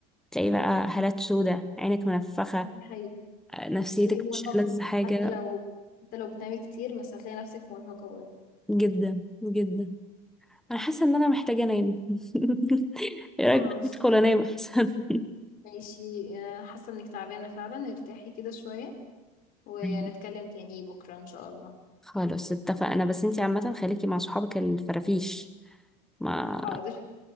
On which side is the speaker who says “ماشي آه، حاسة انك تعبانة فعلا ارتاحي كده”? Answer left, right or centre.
Left